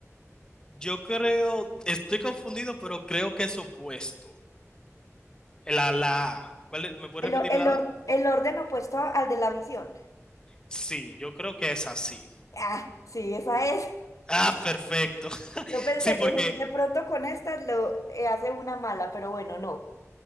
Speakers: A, on the left (about 15°); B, on the left (about 85°).
A: Yo creo, estoy confundido, pero creo que es opuesto. La, la A. ¿Cuál es? ¿Me puedes
B: El,
A: repetir
B: or- el
A: la
B: or-
A: A?
B: el orden opuesto al de la visión.
A: Sí, yo creo que es así.
B: Ah, sí, esa es.
A: Ah, perfecto. <laughs>
B: Yo pensé,
A: Sí, porque,
B: yo dije que de pronto con esta lo eh, hace una mala, pero bueno, no.